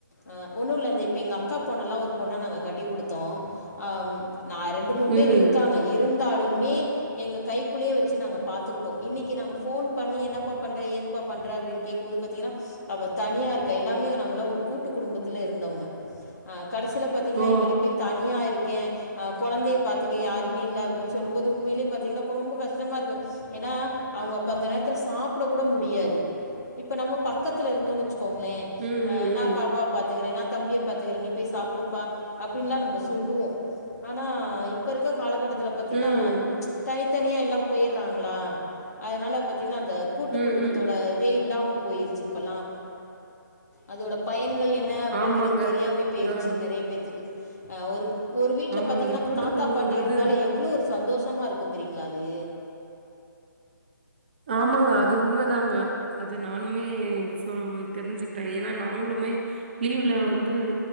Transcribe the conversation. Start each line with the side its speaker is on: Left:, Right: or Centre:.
Left: அ ஒன்னு இல்ல இந்த இப்ப எங்க அக்கா பொண்ணல்லா ஒரு பொண்ண நாங்க கட்டி குடுத்தோ அ நா ரெண்டு மூணு பேர்
Right: ம்
Left: இருக்காங்க இருந்தாலுமே எங்க கைக்குள்ளயே வெச்சி நாங்க பாத்துக்குட்டோ இன்னக்கி நாங்க ஃபோன் பண்ணி என்னப்பா பண்ற ஏதுப்ப பண்ற அப்டின் கேக்கும்போது பத்தீங்கனா அவ தனியா இருக்கா எல்லாமே நாங்களா ஒரு கூட்டு குடும்பத்துல இருந்தவுங்க அ கடசில பத் திங்கனா
Right: ஓ
Left: இன்னிக்கி பெய் தனியா இருக்கே அ கொழந்தய பாத்துக்க யாருமே இல்ல அப்டின் சொல்லும்போது உண்மைலே பாத்தீங்ன்னா குரொம்ப கஷ்ட்டமா இருக்கு ஏன்னா அவுங்க அப்ப அந்த நேர்த்துல சாப்புட கூட முடியாது இப்ப நம்ம பக் கத்துல இருந்தோன் வச்சுக்கோங்ளே
Right: ம்
Left: அ
Right: ம்
Left: நா
Right: ம்
Left: பாப்பாவ பாத்துக்குற நா தம்பிய பாத்துக்குற நீ போய் சாப்புடுப்பா அப்டின்லா நம்ம சொல்லுவோ ஆனா இப்ப இருக்க காலகட்டத்துல பாத்தீங்ன்னா
Right: ம்
Left: தனித்தனியா எல்லா பொயற்றாங்ளா அதனால பாத்தீங்ன்னா அந்த கூட்டு
Right: ம்
Left: குடும்பத்தோட
Right: ம்
Left: தே இல்லாமல் போயிருச்சு இப்பல்லா அதோடய பயன்கள் என்ன அப்டிங்கிறது
Right: ஆமாங்க
Left: தெரியாமே போயிர்ச்சி
Right: ஆம்
Left: நெறய பேத்துக்கு ஒரு ஒரு வீட்ல
Right: ஆமாங்க
Left: பாத்தீங்னா
Right: கூட்டு
Left: தாத்தா
Right: குடும்போன்றது
Left: பாட்டி இருந்தாலே எவ்ளோ ஒரு சந்தோஷமா இருக்கு தெரியீங்ளா அது
Right: ஆமாங்க அது உண்மதாங்க அது நானுமே சொ தெரிஞ்சுக்ட்ட ஏனா நாங்ளுமே லீவ்ல வந்து